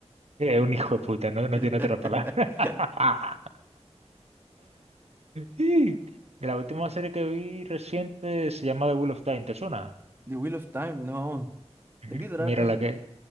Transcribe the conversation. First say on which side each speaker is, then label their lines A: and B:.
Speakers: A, on the right (about 65°); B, on the right (about 20°).
A: es un hijo de puta, no, no
B: <laughs>
A: tiene otra palabra. <laughs> Y la última serie que vi reciente se llama The Wheel of Time, ¿te suena?
B: The Wheel of Time, no.
A: Ujú.
B: ¿De qué trata?
A: Mira la que